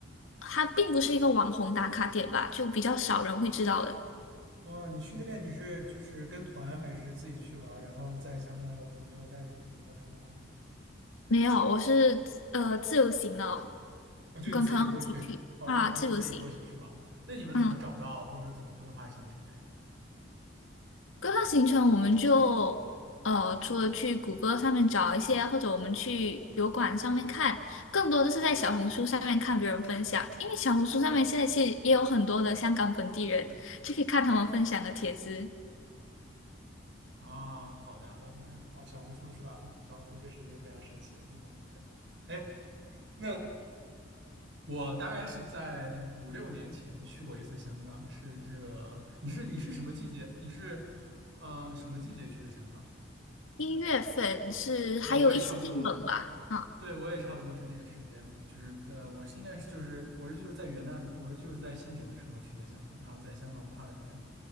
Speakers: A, on the left (about 85°); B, on the right (about 65°).
A: 它并不是一个网红打卡点吧，就比较少人会知道的。
B: 哦，你去那边你是就是跟团还是自己去玩儿然后在香港有朋友带着你到处玩儿？
A: 没有，我是呃自由行的哦
B: 啊，就你自己过去，
A: 跟朋友一起去啊，
B: <laughs> 哦，跟朋友自己过去是吗？
A: 自由行。
B: 那你们怎么找到或者说怎么规划行程的呀？
A: 嗯。规划行程，我们就呃，除了去谷歌上面找一些，或者我们去油管上面看，更多的是在小红书上面看别人分享，因为小红书上面现在其实也有很多的香港本地人，就可以看他们分享的帖子。
B: 啊，好的好的，哦，小红书是吧？嗯，小红书这是一个非常神奇的地方。哎，那我大概是在五六年前去过一次香港，是这个，你是你是什么季节？你是，嗯、什么季节去的香港？
A: 一月份是还有一些些冷吧，
B: 哦，我也差不多，
A: 啊，
B: 对，我也差不多是那个时间，就是在我是应该是就是我是就是在元旦，我是就是在新年的时候去的香港，然后在香港跨了年。